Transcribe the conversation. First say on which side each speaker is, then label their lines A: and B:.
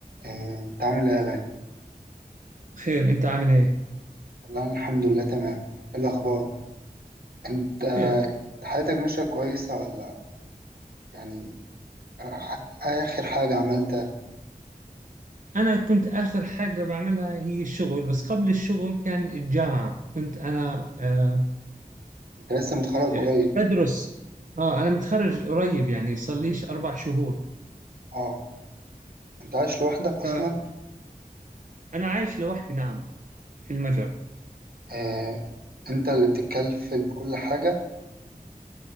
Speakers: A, on the right; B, on the right.
A: آه، انت عامل ايه يا غالي
B: خير انت عامل ايه
A: والله أنا الحمد لله تمام إيه الاخبار انت آه،
B: خير
A: حياتك ماشيه كويسه ولا يعني آه، اخر حاجه عملتها
B: انا كنت اخر حاجه بعملها هي الشغل بس قبل الشغل كان الجامعه كنت انا آه،
A: انت لسه متخرج
B: آه،
A: قريب
B: بدرس اه انا متخرج قريب يعني صار ليش اربع شهور
A: اه انت عايش لوحدك اصلا
B: فانا عايش لوحدي نعم في المجر
A: آه. انت اللي بتتكلف بكل حاجه